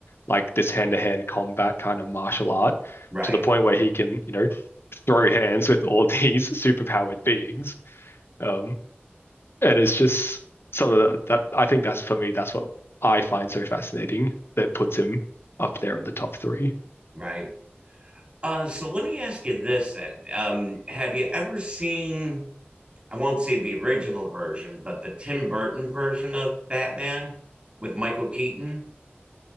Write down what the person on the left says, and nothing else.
like this hand-to-hand combat kind of martial art
to the point where he can, you know, throw hands with all these <laughs> superpowered beings. Um, and it's just something that, that I think that's for me, that's what I find so fascinating that puts him up there in the top three.